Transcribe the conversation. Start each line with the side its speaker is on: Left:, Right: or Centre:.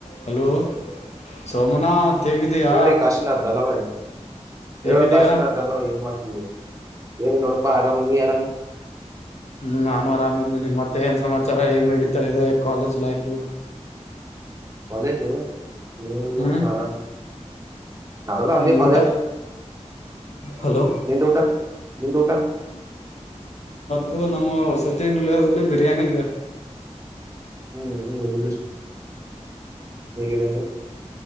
Left: Hello <unintelligible> Somnath ಹೇಗಿದೀಯಾ
Right: ಹೇಳಿ ಕಾಶಿನಥ್ ಅಲ್ಲವಾಯ ಹೇಳೋ
Left: ಹೇಗಿದೀಯಾ
Right: ಕಾಶೀನ ತಲ್ವ ಏನ್ ಮಾಡತರು ಏನ್ನ್ನೋಡಪ್ಪಾ ಅರಾಮ ಯರಾಮ
Left: ಹ್ಮ್ ನಾನು ಆರಾಮ ಇದಿದ್ದೇನಿ ಮತ್ತೆ ಏನ್ ಸಮಾಚಾರ ಹೇಗ್ ನಡೀತಾ ಇದೆ ಕಾಲೇಜ್ ಲೈಫು
Right: ಕಾಲೇಜು ನಿಮ್ಮ
Left: ಹ್ಮ್
Right: ಆರಾಮ ನದಾ
Left: ಹ್ಮ್
Right: ಅಲ್ಲಿ ಕಾಲೇಜ್
Left: ಊಟ ಹಲೋ
Right: ನೀನ್ ಟೂಟಾ ನೀನ್ ಊಟ
Left: ಇದು ನಮ್ಮ ಸತ್ಯ ನಿಲಯದಲ್ಲಿ ಬಿರಿಯಾನಿ ಇದೆ.
Right: ಹ್ಮ್ ಹ್ಮ್ ನು <unintelligible>